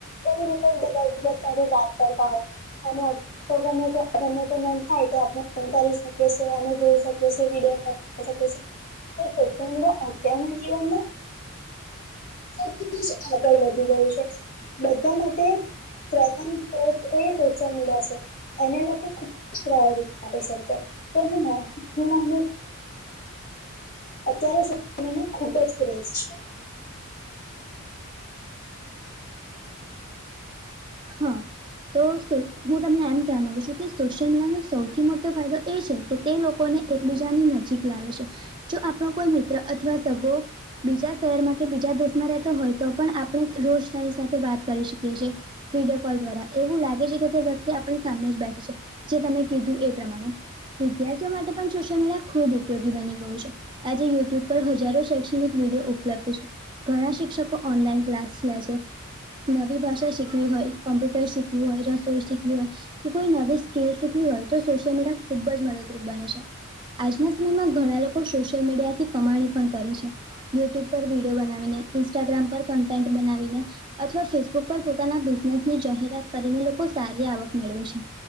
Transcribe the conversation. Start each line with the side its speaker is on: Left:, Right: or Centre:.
Left: એવી રીતે એક બીજા સાથે વાત કરતા હોય અને અ તો ગમેને તો મન થાય તો આપણે કરી શકી અમે જોઈ શકીએ વિડીયો કોલ શકે છે તો સોશિઅલ મીડિયા અત્યારના જીવનમાં આગળ વધી ગયું છે બધા માટે પ્રથમ એ સોશિયલ મીડિયા છે એના લોકો ખુબ પ્રાવરી કરી શકે અત્યાર અત્યારે <unintelligible> મે ખુબ જ <unintelligible> છે
Right: હા તો હું તમને એમ કહેવા માંગુ છું કે સોશિયલ મીડિયાનો સૌથી મોટો ફાયદો એ છે કે તે લો કોને એકબીજાની નજીક લાવે છે જો આપણો કોઈ મિત્ર અથવા સગો બીજા શહેરમાં કે બીજા દેશમાં રહેતો હોય તો પણ આપણે રોજ તારી સાથે વાત કરી શકીએ છી વિડીયો કોલ દ્વારા એવું લાગે છે કે તે વ્યક્તિ આપણી સામે જ બેઠે છે જે તમે કીધું એ પ્રમાણે વિદ્યાર્થીઓ માટે પણ સોશિયલ મીડિયા ખુબ ઉપયોગી બની ગયું છે આજે યુટ્યુબ પર હજારો શૈક્ષણિક વિડીયો ઉપલબ્ધ છે ઘણા શિક્ષકો ઓનલાઈન ક્લાસ લે છે નવી ભાષા શી કમ્પ્યુટર શિખવુ હો રઈ શીખવી હોય કે કોઈ નવી સ્કીલ શીખવી હોય તો સોશિયલ મીડિયા ખુબ જ મદદરૂપ બને છે આજના સમયમાં ઘણા લોકો સોશિયલ મીડિયાથી કમાણી પણ કરે છે યુટ્યુબ પર વિડીયો બનાવીને ઇન્સ્ટાગ્રામ પર કન્ટેન્ટ બનાવીને અથવા ફેસબુક પર પોતાના બિઝનેસ ની જાહેરાત કરીને લોકો સારી આવક મેળવે છે